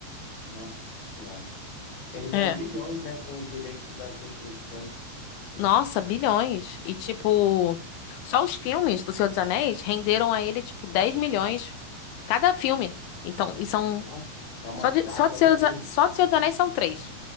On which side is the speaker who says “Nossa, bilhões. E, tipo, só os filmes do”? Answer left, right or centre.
Left